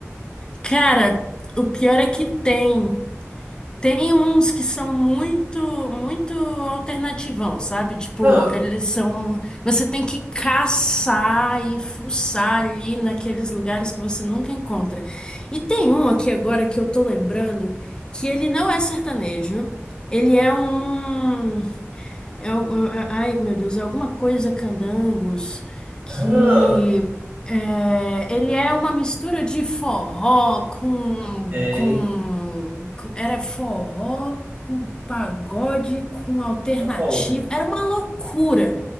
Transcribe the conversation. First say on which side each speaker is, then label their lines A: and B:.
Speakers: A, on the left; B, on the right.
A: Cara, o pior é que tem. Tem uns que são muito, muito alternativão, sabe? Tipo,
B: Ah,
A: eles são. Você tem que caçar e fuçar ali naqueles lugares que você nunca encontra. E tem um aqui agora que eu tô lembrando que ele não é sertanejo, ele é um. É, algo- é- é, ai, meu Deus, é alguma coisa Candangos que
B: ah,
A: é, ele é uma mistura de forró com,
B: ok.
A: com, com- era forró com pagode com alternativo.
B: Uau!
A: Era uma loucura